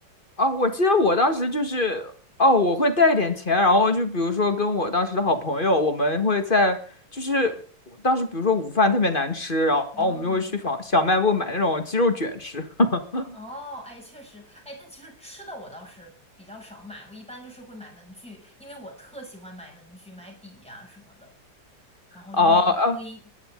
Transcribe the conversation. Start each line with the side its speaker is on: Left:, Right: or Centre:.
Left: 哦，我记得我当时就是哦，我会带一点钱，然后就比如说跟我当时的好朋友，我们会在就是我当时比如说午饭特别难吃，然后我们就会去小小卖部买那种鸡肉卷吃。
Centre: 嗯，
Left: <laughs>
Centre: 哦，哎，确实，哎，但其实吃的我倒是比较少买，我一般就是会买文具，因为我特喜欢买文具、买笔呀、什么的，然后就会买一堆。
Left: 哦，哦